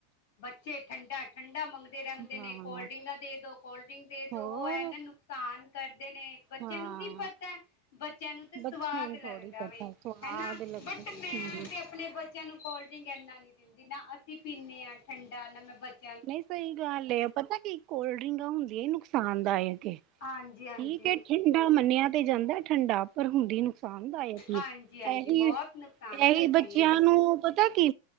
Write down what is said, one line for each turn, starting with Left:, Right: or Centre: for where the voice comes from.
Left: ਬੱਚੇ ਠੰਡਾ- ਠੰਡਾ ਮੰਗਦੇ ਰਹਿੰਦੇ
Right: ਹਾਂ
Left: ਨੇ, ਕੋਲਡ ਡਰਿੰਗਾਂ ਦੇ ਦੋ ਕੋਲਡ ਡਰਿੰਕ ਦੇ
Right: ਹੋਰ
Left: ਦੋ ਉਹ ਇਹਨਾਂ ਨੂੰ ਾਨ ਕਰਦੇ ਨੇ ਬੱਚਿਆਂ
Right: ਹਾਂ
Left: ਨੂੰ ਕੀ ਪਤਾ ਬੱਚਿਆਂ ਨੂੰ ਤਾਂ
Right: ਬੱਚਿਆਂ
Left: ਸਵਾਦ
Right: ਨੂੰ
Left: ਲੱਗਦਾ
Right: ਥੋੜ੍ਹੀ ਪਤਾ
Left: ਵੇ
Right: ਸਵਾਦ
Left: ਹਨਾ,
Right: ਲੱਗਦੇ
Left: ਬਟ ਮੈਂ
Right: ਹੂੰ
Left: ਤੇ ਆਪਣੇ ਬੱਚਿਆਂ ਨੂੰ ਕੋਲਡ ਡਰਿੰਕ ਇੰਨਾ ਨਹੀਂ ਦਿੰਦੀ, ਨਾ ਅਸੀਂ ਪੀਂਦੇ ਹਾਂ ਠੰਡਾ, ਨਾ ਮੈਂ ਬੱਚ
Right: ਨਹੀਂ ਸਹੀ ਗੱਲ ਏ ਪਤਾ ਕੀ ਕੋਲਡ ਡਰਿੰਕਾਂ ਹੁੰਦੀਆਂ ਨੁਕਸਾਨਦਾਇਕ ਏ
Left: ਹਾਂਜੀ ਹਾਂਜੀ
Right: ਠੀਕ ਏ ਠੰਡਾ ਮੰਨਿਆ ਤੇ ਜਾਂਦਾ ਠੰਡਾ ਪਰ ਹੁੰਦੀ ਨੁਕਸਾਨਦਾਇਕ ਹੀ,
Left: ਹਾਂਜੀ ਹਾਂਜੀ
Right: ਇਹੀ
Left: ਬਹੁਤ ਨੁਕਸਾਨ
Right: ਇਹ
Left: ਕਰਦੀ
Right: ਬੱਚਿਆਂ
Left: ਹੈ
Right: ਨੂੰ ਪਤਾ ਕੀ